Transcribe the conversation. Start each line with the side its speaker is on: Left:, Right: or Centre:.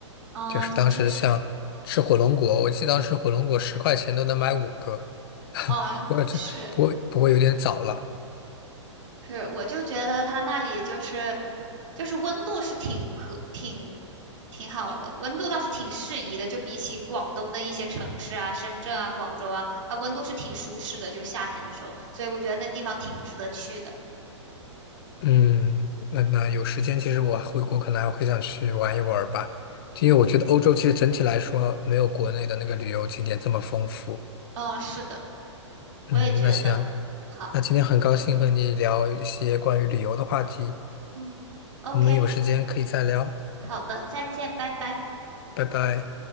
Right: 哦，
Left: 就是当时像吃火龙果，
Right: 确实，
Left: 我记得当时火龙果十块钱都能买五个。<laughs>
Right: 嗯，
Left: 不过这不过不过有点早了。
Right: 是。是，我就觉得它那里就是就是温度是挺和挺挺好的，温度倒是挺适宜的，就比起广东的一些城市啊，深圳啊、广州啊，它温度是挺舒适的，就是夏天的时候，所以我觉得那地方挺值得去的。
Left: 嗯，那那有时间，其实我回国可能还会想去玩一玩儿吧，因为我觉得欧洲其实整体来说没有国内的那个旅游景点这么丰富。
Right: 嗯，嗯，是的，我也觉得。
Left: 嗯，那行，
Right: 好，
Left: 那今天很高兴和你聊一些关于旅游的话题。
Right: 嗯，OK，
Left: 我们有时间可以再聊，
Right: 好的，再见，拜拜。
Left: 拜拜。